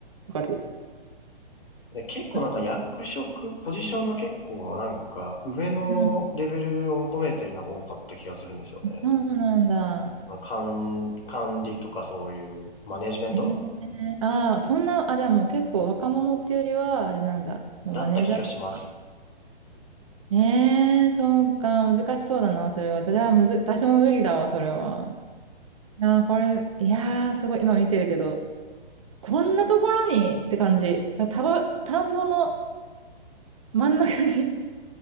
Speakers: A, on the right; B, on the left.
A: とかって。
B: で、結構なんか役職、
A: あ、
B: ポジションが結構なんか上のレベルを求めてるのが多かった気がするんですよね。
A: うん、そうなんだ。
B: まか管、管理とかそういうマネジメント
A: えー、ああ、そんな、あ、じゃあもう結構若者っていうよりは、あれなんだ。もうマネージャーとか。
B: だった気がします。
A: えー、そうか、難しそうだな、それは。じゃあ、むず、私も無理だわ、それは。あー、これ、いやー、すごい、今見てるけど、こんなところにって感じ。なんか田ば、田んぼの真ん中に <laughs> 立